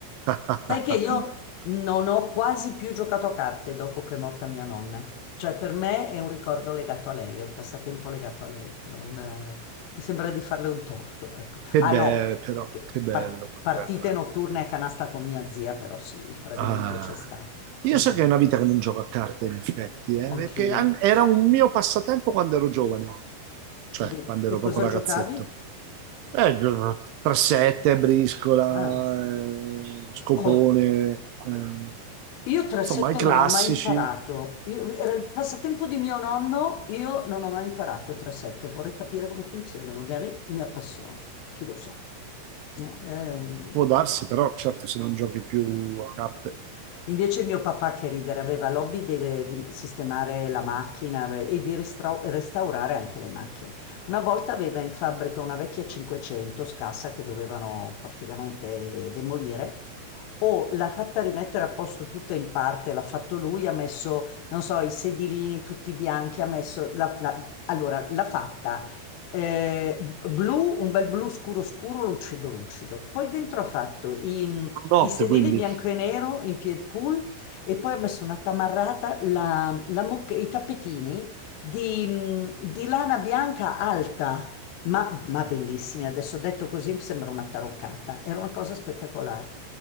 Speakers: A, on the right; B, on the left.
A: <laughs>
B: Sai che io non ho quasi più giocato a carte dopo che è morta mia nonna. Cioè, per me è un ricordo legato a lei, è un passatempo legato a lei. Non, eh, mi sembra di farle un torto, ecco.
A: Che
B: Ah
A: bello,
B: no,
A: però,
B: che
A: che bello,
B: par- partite
A: che bello, eh.
B: notturne a canasta con mia zia, però sì, il tradimento
A: Ah.
B: c'è stato.
A: Io
B: Mm,
A: so
B: mm,
A: che è una vita che non gioco a carte, in effetti, eh,
B: Anch'io.
A: perché an- era un mio passatempo quando ero giovane, cioè
B: Vedi.
A: quando ero
B: E cosa
A: proprio
B: giocavi?
A: ragazzetto. Eh, 3-7, briscola,
B: Ah.
A: eh, scopone,
B: Oh,
A: eh,
B: Io 3-7
A: insomma i classici.
B: non ho mai imparato. Io- era il passatempo di mio nonno, io non ho mai imparato 3-7. Vorrei capire come funziona, magari mi appassiono, chi lo sa. No, ehm,
A: Può darsi, però, certo, se non giochi più a carte.
B: invece mio papà che ridere aveva l'hobby delle- di sistemare la macchina ave- e di restra- restaurare anche le macchine. Una volta aveva in fabbrica una vecchia 500 scassa che dovevano praticamente demolire o l'ha fatta rimettere a posto tutta in parte, l'ha fatto lui, ha messo, non so, i sedilini tutti bianchi, ha messo, la- la- allora l'ha fatta eh, blu, un bel blu scuro scuro, lucido lucido. Poi dentro ha fatto i,
A: Notte,
B: i sedili
A: quindi.
B: bianco e nero in pied pool e poi ha messo una tamarrata, la- la moc- i tappetini di, mh, di lana bianca alta. Ma, ma bellissimi, adesso detto così sembra una taroccata, era una cosa spettacolare.